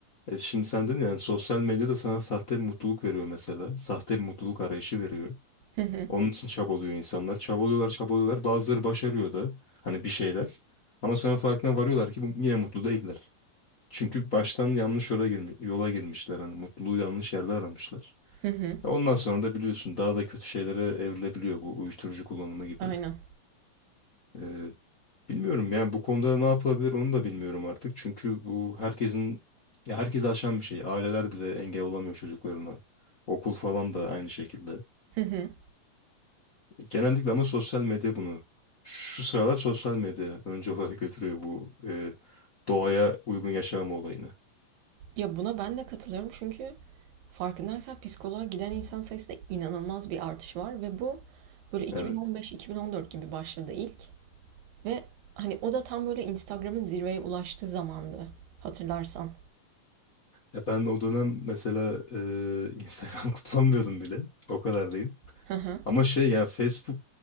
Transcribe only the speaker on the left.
E şimdi sen dedin yani sosyal medyada sana sahte bir mutluluk veriyor mesela. Sahte bir mutluluk arayışı veriyor.
Onun için çabalıyor insanlar. Çabalıyorlar, çabalıyorlar. Bazıları başarıyor da hani bir şeyler. Ama sonra farkına varıyorlar ki bu, yine mutlu değiller. Çünkü baştan yanlış yola, girmi- yola girmişler. Hani mutluluğu yanlış yerde aramışlar.
Ondan sonra da biliyorsun daha da kötü şeylere evrilebiliyor bu uyuşturucu kullanımı gibi.
Ee, bilmiyorum yani bu konuda ne yapılabilir onu da bilmiyorum artık. Çünkü bu herkesin ya herkesi aşan bir şey. Aileler bile engel olamıyor çocuklarına. Okul falan da aynı şekilde.
Genellikle ama sosyal medya bunu. Şu sıralar sosyal medya <laughs> önce olarak götürüyor bu e, doğaya uygun yaşam olayını.
Evet.
Ya ben o dönem mesela e, Instagram <laughs> kullanmıyordum bile. O kadar değil.
Ama şey ya Facebook